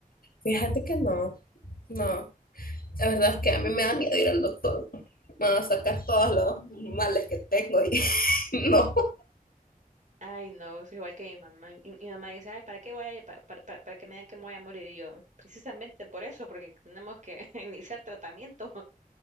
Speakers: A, on the left; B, on the right.
A: fíjate que no, no. La verdad es que a mí me da miedo ir al doctor. Me van a sacar todos los males que tengo y <laughs> no.
B: Ay, no, es igual que mi mamá. Y- Mi, mamá dice, ay, ¿para qué voy a ir? Pa- Para, para, para que me digan que me voy a morir. Y yo, precisamente por eso, porque tenemos que <laughs> iniciar tratamiento.